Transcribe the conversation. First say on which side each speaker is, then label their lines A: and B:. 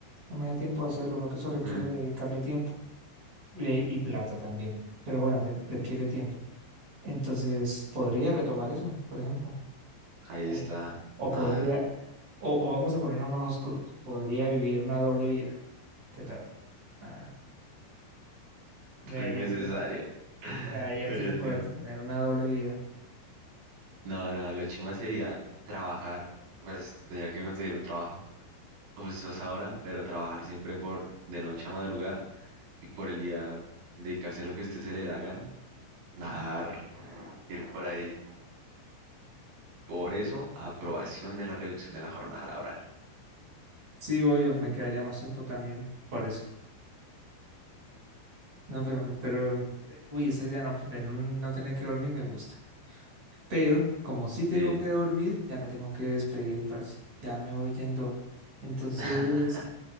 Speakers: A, on the right (about 35°); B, on the right (about 65°).
A: No me da tiempo a hacerlo porque eso requiere
B: mm,
A: dedicarle tiempo eh, y, plata también. Pero bueno, re- requiere tiempo. Entonces, podría retomar eso, por ejemplo.
B: ahí está,
A: O, o
B: nada,
A: podría, o, o vamos a ponernos más oscuros. Podría vivir una doble vida. ¿Qué tal? Ah, me
B: re
A: daría
B: innecesaria.
A: tiempo.
B: <laughs>
A: Me daría
B: Sería
A: tiempo para
B: tiempo.
A: tener una doble vida.
B: No, no, lo chimba sería trabajar, pues tendría que conseguir un trabajo justo a esa hora, pero trabajar siempre por de noche a madrugada y por el día dedicarse a lo que a usted se le da gana, nadar, ir por ahí. Por eso, aprobación de la reducción de la jornada laboral.
A: Sí, voy, me quedaría más tiempo también por eso. No, pero, pero, eh, uy, esa idea no, de no no tener que dormir me gusta. Pero como sí tengo
B: Sí,
A: que dormir, ya me tengo que despedir, parce. Ya me voy yendo. Entonces,
B: <laughs>